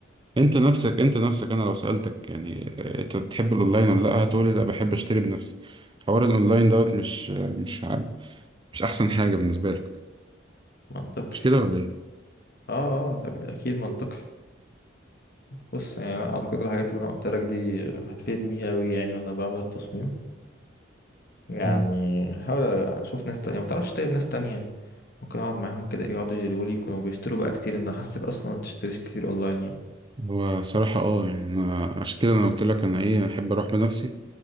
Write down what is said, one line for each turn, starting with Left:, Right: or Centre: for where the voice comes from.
Right: انت نفسك انت نفسك انا لو سألتك يعني آه، انت بتحب الاونلاين ولا لا هتقولي لا بحب اشتري بنفسي حوار الاونلاين دوت مش آه، مش عام- مش احسن حاجة بالنسبة لك
Left: منطقي
Right: مش كده ولا ايه
Left: اه اه طب اكيد منطقي بص يعني اعتقد الحاجات اللي انا قلت لك دي هتفيدني اوي يعني وانا بعمل التصميم يعني
Right: مم.
Left: هحاول اشوف ناس تانية ما تعرفش طيب ناس تانية ممكن اقعد معاهم كده يقعدوا يقولوا لي يكونوا بيشتروا بقى كتير ان حاسك اصلا ما بتشتريش كتير اونلاين يعني
Right: هو صراحة اه يعني انا عشان كده انا قلت لك انا ايه احب اروح بنفسي